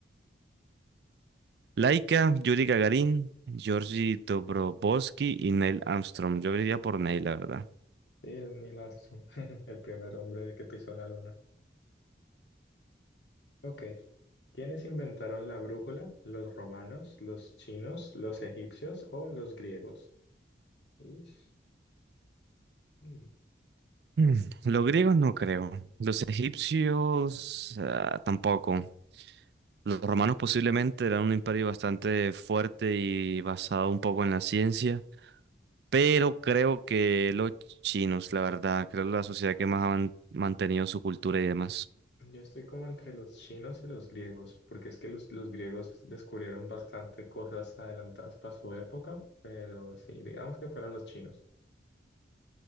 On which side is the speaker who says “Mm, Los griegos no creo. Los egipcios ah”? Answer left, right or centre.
Right